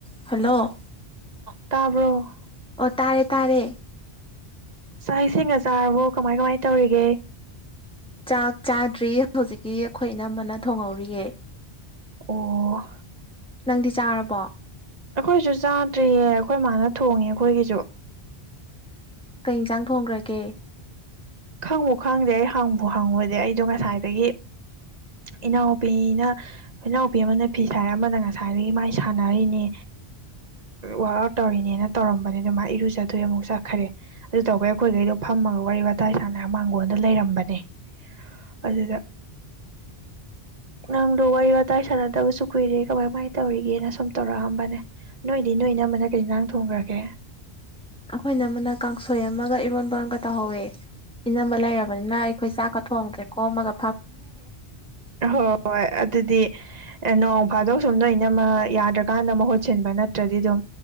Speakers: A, in the centre; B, on the right.
A: hello
B: ꯇꯥꯕ꯭ꯔꯣ
A: ꯑꯣ ꯇꯥꯔꯦ ꯇꯥꯔꯦ
B: ꯆꯥꯛ ꯏꯁꯤꯡ ꯆꯖꯥꯔꯕꯣ ꯀꯃꯥꯏ ꯀꯃꯥꯏ ꯇꯧꯔꯤꯒꯦ
A: ꯆꯥꯛ ꯆꯥꯗ꯭ꯔꯤ ꯍꯧꯖꯤꯛꯀꯤ ꯑꯩꯈꯣꯏ ꯑꯅꯝꯕꯅ ꯊꯣꯡꯍꯧꯔꯤꯌꯦ
B: ꯑꯣ
A: ꯅꯪꯗꯤ ꯆꯥꯔꯕꯣ
B: ꯑꯩꯈꯣꯏꯁꯨ ꯆꯥꯗ꯭ꯔꯤꯌꯦ ꯑꯩꯈꯣꯏ ꯃꯥꯅ ꯊꯣꯡꯉꯦ ꯑꯩꯈꯣꯏꯒꯤꯁꯨ
A: ꯀꯩ ꯏꯟꯁꯥꯡ ꯊꯣꯡꯈ꯭ꯔꯒꯦ
B: ꯈꯪꯕꯨ ꯈꯪꯗꯦ ꯑꯩ ꯍꯪꯕ ꯍꯪꯉꯨꯗꯤ ꯑꯩꯗꯣ ꯉꯁꯥꯏꯗꯒꯤ ꯏꯅꯥꯎꯨꯄꯤꯅ ꯏꯅꯥꯎꯨꯄꯤ ꯑꯃꯅ ꯐꯤꯁ ꯍꯥꯏꯔꯦ ꯑꯃꯅ ꯉꯁꯥꯏꯗꯒꯤ ꯃꯥꯏ ꯁꯥꯟꯅꯔꯤꯅꯤ ꯋꯥꯛ ꯑꯎꯠ ꯇꯧꯔꯤꯅꯦꯅ ꯇꯧꯔꯝꯕꯅꯦ ꯑꯗꯨ ꯃꯥ ꯏꯔꯨꯖꯊꯣꯛꯑꯦ ꯑꯃꯨꯛ ꯆꯠꯈꯔꯦ ꯑꯗꯨ ꯇꯧꯕꯩ ꯑꯩꯈꯣꯏ ꯈꯩꯗꯣ ꯐꯝꯃꯒ ꯋꯥꯔꯤ ꯋꯥꯋꯇꯥꯏ ꯁꯥꯟꯅ ꯃꯥꯡꯒꯣꯜꯗ ꯂꯩꯔꯝꯕꯅꯦ ꯑꯗꯨꯗ ꯅꯪꯗꯣ ꯋꯥꯔꯤ ꯋꯥꯇꯥꯏ ꯁꯥꯟꯅꯗꯕꯁꯨ ꯀꯨꯏꯔꯦ ꯀꯃꯥꯏ ꯀꯃꯥꯏꯅ ꯇꯧꯔꯤꯒꯦꯅ ꯁꯨꯝ ꯇꯧꯔꯛꯑꯝꯕꯅꯦ ꯅꯣꯏꯗꯤ ꯅꯣꯏ ꯢꯅꯝꯃꯅ ꯀꯩ ꯏꯟꯖꯥꯡ ꯊꯣꯡꯒ꯭ꯔꯒꯦ
A: ꯑꯩꯈꯣꯏ ꯢꯅꯝꯃꯅ ꯀꯥꯡꯁꯣꯏ ꯑꯃꯒ ꯏꯔꯣꯟꯕ ꯑꯃꯒ ꯇꯧꯍꯧꯋꯦ ꯏꯅꯝꯕ ꯂꯩꯔꯕꯅꯤꯅ ꯑꯩꯈꯣꯏ ꯆꯥꯛꯀ ꯊꯣꯡꯗ꯭ꯔꯦ ꯀꯣꯝ ꯑꯃꯒ
B: ꯍꯣꯏ ꯑꯗꯨꯗꯤ ꯅꯣꯡ ꯐꯥꯗꯧ ꯁꯨꯝꯗ ꯑꯩꯢꯅꯝꯃ ꯌꯥꯗ꯭ꯔꯀꯥꯟꯗ ꯃꯍꯨꯠ ꯁꯤꯟꯕ ꯅꯠꯇ꯭ꯔꯗꯤ ꯑꯗꯨꯝ